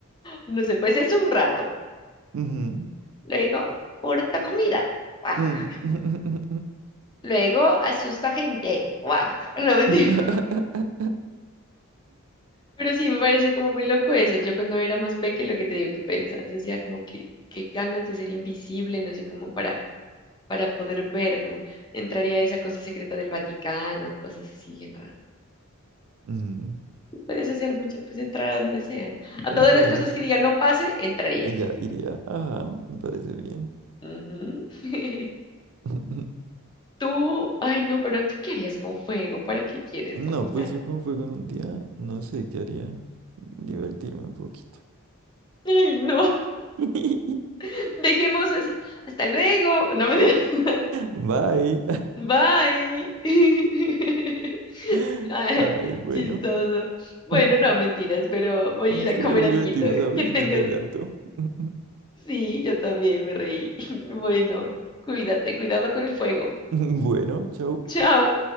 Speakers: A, on the left; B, on the right.
A: No sé, pues es un rato.
B: ujú,
A: Luego, ahorita comida. <laughs>
B: ujú,
A: Luego asusta gente. Guajaja. <laughs> No, mentira.
B: ujú. <laughs>
A: Pero sí, me parece como muy loco eso. Yo cuando era más pequeña lo que te digo que pensaba, decía como que qué ganas de ser invisible, no sé, como para, para poder ver, como entraría a esa cosa secreta del Vaticano, cosas así bien raras.
B: mm,
A: Puedes hacer mucho, pues entrar a donde sean. A
B: Y
A: todas
B: claro,
A: las cosas que digan no pase, entraría.
B: allá iría. Ajá, me parece bien.
A: Ujú. <laughs>
B: <laughs>
A: Tú, ay no, pero tú qué harías con fuego, ¿para qué quieres
B: No,
A: dominar?
B: pues yo como fue con un día, no sé qué haría. Divertirme un poquito.
A: Ay no,
B: <laughs>
A: <laughs> dejemos así. Hasta luego. No me <laughs>
B: Bye.
A: Bye. <laughs>
B: <laughs>
A: Ah,
B: Ay, bueno.
A: chistoso. Bueno,
B: <laughs>
A: no, mentiras, pero voy
B: Estuvo
A: a ir a comer
B: divertido,
A: alguito.
B: ¿sabes?
A: Que tengas.
B: Me reí harto. <laughs>
A: Sí, yo también me reí. <laughs> Bueno, cuídate, cuidado con el fuego.
B: Bueno, chao.
A: Chao.